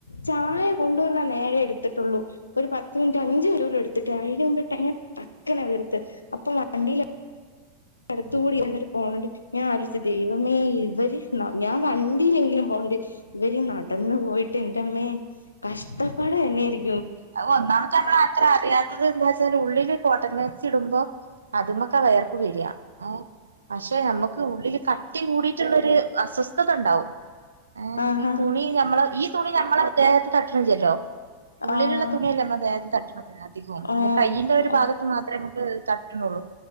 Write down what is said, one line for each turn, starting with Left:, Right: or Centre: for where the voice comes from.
Left: ചായ കൊണ്ടുവന്ന നേരെ എടു എടുത്തിട്ടൊള്ളു ഒരു പത്ത് മിനിറ്റ് അഞ്ച് മിനിറ്റ് എടുത്തില്ല അതിനു മുമ്പേ ട്ടക്കനെ ത് അപ്പം വണ്ടില് എടുത്തുകൂടിയും <unintelligible> ഞാൻ ആലോയിച്ചു ദൈവമേ ഇവര് ഞാൻ വണ്ടിയിലെങ്കിലും പോണ്ട് ഇവര് നടന്നു പോയിട്ട് എന്റെമ്മേ കഷ്ടപ്പാട് തന്നൊയിരിക്കും
Right: അത് ഒന്നാമത്തെ നമ്മളത്ര അറിയാ അത് എന്താച്ചാൽ ഉള്ളില് കോട്ടൺ മാക്സി ഇടുമ്പോ അതുമൊക്ക വേയർപ്പ് വരിക പക്ഷെ നമ്മക്ക് ഉള്ളില് കട്ടി കൂടിട്ടുള്ളൊരു അസ്വസ്ഥത ണ്ടാവും ഏഹ്
Left: ആഹ്
Right: ഈ തുണി നമ്മള ഈ തുണി നമ്മളെ ദേഹത്ത് തട്ടണില്ലല്ലോ ഉള്ളിലുള്ള
Left: ആഹ്
Right: തുണിയല്ലേ നമ്മദേഹത്ത് തട്ട്ണത് അധികോം പിന്നെ
Left: ആഹ്
Right: കയിന്റെ ഒരു
Left: ആഹ്
Right: ഭാഗത്ത് മാത്ര തട്ടുണോള്ളൂ